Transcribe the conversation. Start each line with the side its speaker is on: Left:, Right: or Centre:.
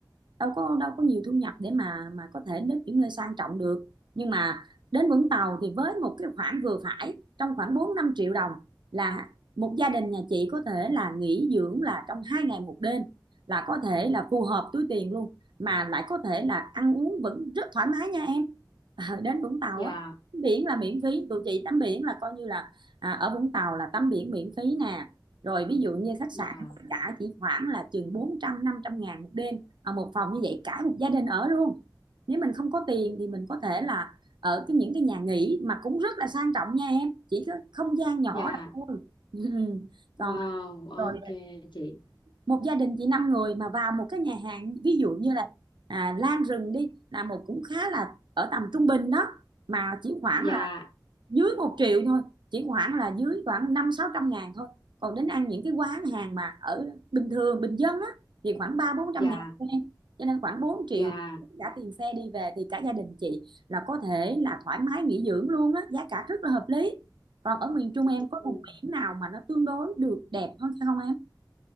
Right: đâu có đâu có nhiều thu nhập để mà mà có thể đến những nơi sang trọng được nhưng mà đến Vũng Tàu thì với một cái khoản vừa phải trong khoảng 4 5 triệu đồng là một gia đình nhà chị có thể là nghỉ dưỡng là trong hai ngày một đêm là có thể là phù hợp túi tiền luôn mà lại có thể là ăn uống vẫn rất thoải mái nha em <laughs> Ờ, đến Vũng Tàu
Left: dạ
Right: á tắm biển là miễn phí tụi chị tắm biển là coi như là à, ở Vũng Tàu là tắm biển miễn phí nè rồi ví dụ như khách
Left: dạ
Right: sạn cả chỉ khoảng là chừng bốn trăm năm trăm ngàn một đêm Ờ, một phòng như vậy cả một gia đình ở luôn nếu mình không có tiền thì mình có thể là ở cái những cái nhà nghỉ mà cũng rất là sang trọng nha em chỉ có không gian nhỏ
Left: dạ
Right: là thôi <laughs> Ừ. còn
Left: wow
Right: rồi
Left: ok chị
Right: một gia đình chỉ 5 người mà vào một cái nhà hàng ví dụ như là à, Lan Rừng đi là một cũng khá là ở tầm trung bình đó mà chỉ khoảng
Left: dạ
Right: là dưới một triệu thôi chỉ khoảng là dưới khoảng năm sáu trăm ngàn thôi còn đến ăn những cái quán hàng mà ở bình thường bình dân á thì khoảng ba bốn trăm
Left: dạ
Right: ngàn thôi em cho nên khoảng bốn triệu
Left: dạ
Right: cả tiền xe đi về thì cả gia đình chị là có thể là thoải mái nghỉ dưỡng luôn á giá cả rất là hợp lý còn ở miền Trung em
Left: ừ.
Right: có vùng biển nào mà nó tương đối được đẹp hơn phải không em